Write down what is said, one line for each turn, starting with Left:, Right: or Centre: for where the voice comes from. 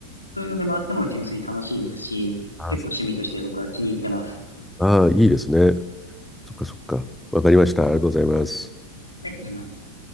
Left: そういうのでもあっても純粋に楽しいですし、
Centre: ああ、
Left: 結構趣味として僕は気に入ってます。
Centre: そうああ、いいですね。そっかそっか。わかりました。ありがとうございます。
Left: ありがとうございます。